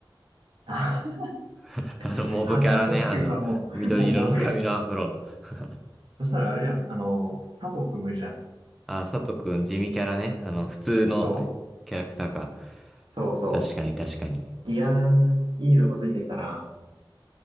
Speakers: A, on the right; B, in the centre.
A: あ、
B: <laughs> あの、
A: <laughs>
B: モブキャラね。
A: 高橋くんはもう、
B: あの、緑色の髪のアフロの。
A: もうモブやん。
B: <laughs>
A: そしたらあれじゃん。あの、佐藤くんもいるじゃん。
B: あー、佐藤くん、地味キャラね。あの、普通の
A: そう。
B: キャラクターか。
A: そうそ
B: 確かに、確かに。
A: う。いやー、いいとこついてきたな。